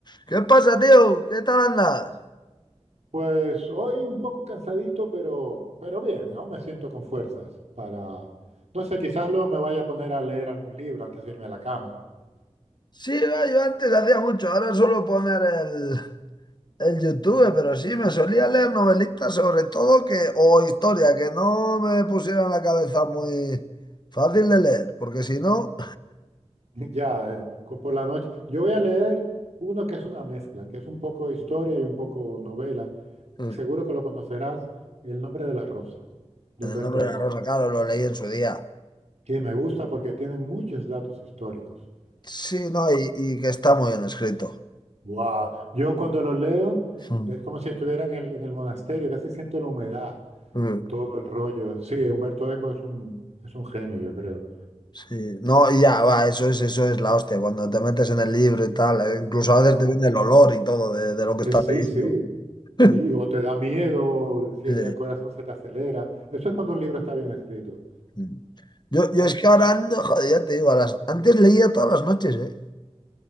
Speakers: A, on the left; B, on the right.
A: ¿Qué pasa, tío? ¿Qué tal andas?
B: Pues hoy un poco cansadito, pero, pero bien, aún me siento con fuerzas para, no sé, quizás luego me vaya a poner a leer algún libro antes de irme a la cama. <laughs>
A: Sí, va, yo antes hacía mucho, ahora suelo poner el, el YouTube, pero sí, me solía leer novelitas sobre todo que, o historia, que no me pusieran la cabeza muy fácil de leer, porque si no,
B: Ya, eh, co- por la noche. Yo voy a leer uno que es una mezcla, que es un poco historia y un poco novela.
A: <laughs> en
B: Seguro que lo conocerás, El nombre de la rosa, de
A: el
B: Humberto
A: nombre de
B: Eco.
A: la rosa, claro, lo leí en su día.
B: Y me gusta porque tiene muchos datos históricos.
A: Sí, no, y, y que está muy bien escrito.
B: Wow. Yo cuando los leo
A: Mm.
B: es como si estuviera en el, en el monasterio, casi siento la humedad
A: Mm.
B: y todo el rollo. Sí, Humberto Eco es un, es un genio, yo creo.
A: Sí, no, y ya, va, eso es, eso es la hostia, cuando te metes en el libro y tal, eh, incluso a
B: Wow.
A: veces te viene el olor y todo de, de lo que estás
B: sí,
A: leyendo.
B: sí.
A: <laughs>
B: Y, o te da miedo, si
A: Sí.
B: el corazón se te acelera. Eso es cuando un libro está bien escrito.
A: Mm. Yo, yo
B: Ah,
A: es que ahora ando, joder, ya te digo, a las, antes leía todas las noches, ¿eh?